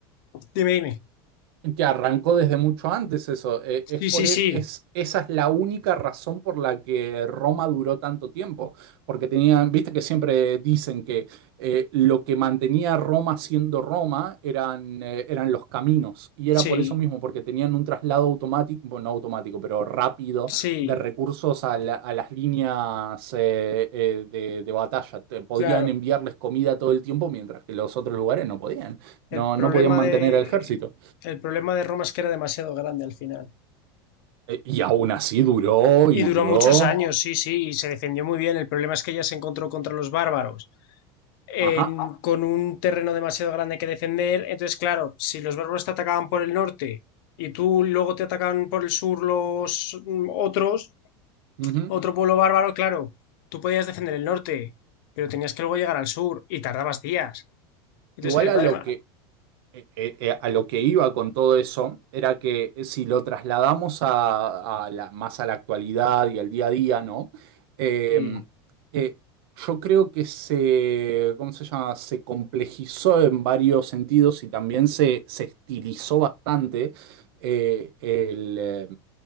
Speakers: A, on the left (about 60°); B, on the right (about 70°).
A: dime, dime.
B: Que arrancó desde mucho antes eso. Eh, es
A: Sí,
B: por,
A: sí, sí,
B: e- es, esa es la única razón por la que Roma duró tanto tiempo. Porque tenían, viste que siempre dicen que eh, lo que mantenía a Roma siendo Roma eran, eh, eran los caminos. Y
A: sí,
B: era por eso mismo, porque tenían un traslado automático, bueno, no automático, pero rápido
A: sí,
B: de recursos a, la- a las líneas eh, eh, de, de batalla. Te- podían
A: claro.
B: enviarles comida todo el tiempo, mientras que los otros lugares no podían.
A: El
B: No,
A: problema
B: no podían mantener
A: de,
B: el ejército.
A: el problema de Roma es que era demasiado grande al final.
B: Eh, Y aún así duró
A: Y
B: y
A: duró
B: duró.
A: muchos años, sí, sí, y se defendió muy bien. El problema es que ella se encontró contra los bárbaros en-
B: Ajá.
A: con un terreno demasiado grande que defender. Entonces, claro, si los bárbaros te atacaban por el norte y tú luego te atacan por el sur los mm, otros,
B: ujú.
A: otro pueblo bárbaro, claro, tú podías defender el norte, pero tenías que luego llegar al sur y tardabas días. Entonces,
B: Igual
A: el
B: a
A: Bueno,
B: lo
A: problema...
B: que, eh, eh, eh, a lo que iba con todo eso era que eh, si lo trasladamos a, a la- más a la actualidad y al día a día, ¿no? Eh,
A: Sí,
B: eh, yo creo que se, ¿cómo se llama? Se complejizó en varios sentidos y también se, se estilizó bastante eh, el, eh,